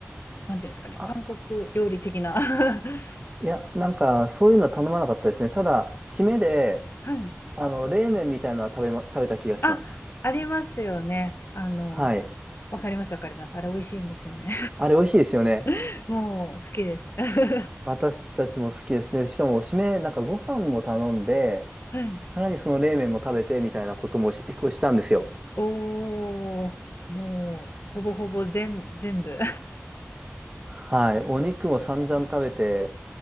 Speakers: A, on the left (about 55°); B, on the right (about 25°).
A: なんていうんですかね、
B: あ、
A: 韓国料理的な。<laughs>
B: いや、なんか、そういうのは頼まなかったですね。ただ、締めで、
A: はい。
B: あの、冷麺みたいなのは食べま、食べた気がします。
A: あ、ありますよね。あの、
B: はい。
A: わかります、わかります。あれ美味しいんですよね。
B: あれ、美味しいですよね。
A: <laughs> もう好きです。<laughs>
B: 私たちも好きですね。しかも、締め、なんか、ご飯も頼んで、
A: はい。
B: さらにその冷麺も食べて、みたいなこともし、こうしたんですよ。
A: おー、もうほぼほぼ全、全部。
B: はい。お肉も散々食べて、